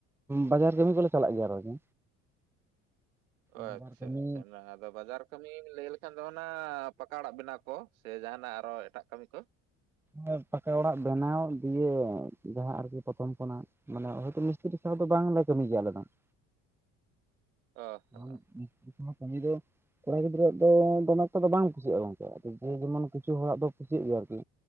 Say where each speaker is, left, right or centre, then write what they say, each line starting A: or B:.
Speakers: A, in the centre; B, on the right.
A: ᱵᱟᱡᱟᱨ ᱠᱟᱹᱢᱤ ᱠᱚᱞᱮ ᱪᱟᱞᱟᱜ ᱜᱮᱭᱟ ᱟᱨᱠᱤ᱾
B: <inaudible> ᱚ
A: ᱵᱟᱡᱟᱨ
B: ᱟᱪᱪᱷᱟ-ᱟᱪᱪᱷᱟ
A: ᱠᱟᱹᱢᱤ
B: ᱚᱱᱟ ᱟᱫᱚ ᱵᱟᱡᱟᱨ ᱠᱟᱹᱢᱤᱢ ᱞᱟᱹᱭ ᱞᱮᱠᱷᱟᱱ ᱫᱚ ᱚᱱᱟ ᱯᱟᱠᱟᱲᱟᱜ ᱵᱮᱱᱟᱣ ᱠᱚ? ᱠᱚ ᱥᱮ ᱡᱟᱦᱟᱱᱟᱜ ᱟᱨᱚ ᱮᱴᱟᱜ ᱠᱟᱹᱢᱤ ᱠᱚ?
A: ᱦᱚᱭ ᱯᱟᱠᱟ ᱚᱲᱟᱜ ᱵᱮᱱᱟᱣ ᱫᱤᱭᱮ ᱡᱟᱦᱟᱸ ᱟᱨᱠᱤ ᱯᱚᱨᱛᱷᱚᱢ ᱠᱷᱚᱱᱟᱜ ᱢᱟᱱᱮ ᱦᱚᱭ ᱛᱚ ᱢᱤᱥᱛᱨᱤ ᱥᱟᱶ ᱫᱚ ᱵᱟᱝ ᱞᱮ ᱠᱟᱹᱢᱤ ᱜᱮᱭᱟ ᱟᱞᱮ ᱫᱚ ᱾
B: ᱚ
A: <unintelligible>
B: ᱦᱚᱸ
A: ᱠᱟᱹᱢᱤ ᱫᱚ ᱠᱚᱲᱟ ᱜᱤᱫᱽᱨᱟᱹᱣᱟᱜ ᱫᱚ <unintelligible> ᱫᱚ ᱵᱟᱝ ᱠᱩᱥᱤᱭᱟᱜᱼᱟ ᱜᱚᱝᱠᱮ ᱡᱮ ᱡᱮᱢᱚᱱ ᱠᱤᱪᱷᱩ ᱦᱚᱲᱟᱜ ᱫᱚ ᱠᱩᱥᱤᱭᱟᱜ ᱜᱮᱭᱟ ᱟᱨᱠᱤ᱾